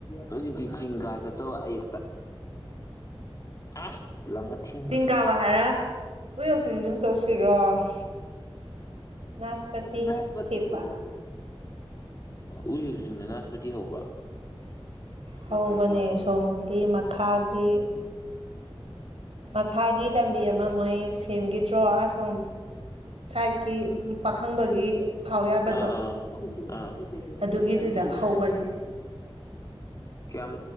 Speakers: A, on the left; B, on the right.
A: ꯍꯧꯖꯤꯛꯇꯤ ꯆꯤꯡ ꯀꯥ ꯆꯠꯇꯧꯕ ꯑꯌꯨꯛꯇ ꯑ ꯂꯪ ꯑꯊꯦꯟꯗ
B: ꯇꯥꯕ ꯍꯥꯏꯔ ꯎ ꯌꯣꯛꯁꯤ ꯑꯗꯨꯝ ꯆꯧꯁꯤꯔꯣ ꯅꯥꯁꯄꯇꯤ
A: ꯅꯥꯁꯄꯇꯤ
B: ꯍꯦꯛꯄ
A: ꯍ ꯎꯦꯛ ꯆꯤꯡꯗ ꯅꯥꯁꯄꯇꯤ ꯍꯧꯕ꯭ꯔꯥ
B: ꯍꯧꯕꯅꯦ
A: ꯅꯪ ꯈꯪꯗ꯭ꯔꯣ
B: ꯁꯣꯝꯒꯤ ꯃꯈꯥꯒꯤ
A: ꯊꯝꯆ‌ꯦꯠ
B: ꯃꯈꯥꯒꯤ ꯂꯝꯕꯤ ꯑꯃ ꯃꯣꯏ ꯁꯦꯝꯈꯤꯗ꯭ꯔꯣ ꯑꯁꯣꯝ ꯁꯥꯏꯠꯀꯤ ꯄꯥꯈꯪꯕꯒꯤ
A: ꯆꯦ
B: ꯐꯥꯎ ꯌꯥꯕꯗꯣ
A: ꯑꯗꯨ ꯃ ꯀꯩꯁ
B: ꯑꯗꯨꯒꯤꯗꯨꯗ ꯍꯧꯕꯅꯦ
A: ꯌꯥꯝ